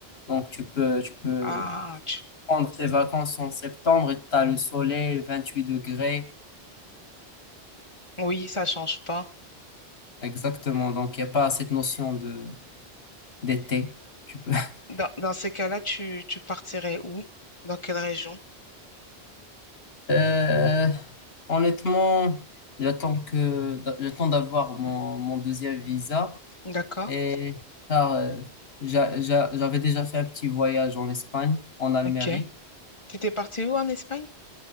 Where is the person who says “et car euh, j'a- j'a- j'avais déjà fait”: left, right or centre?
Left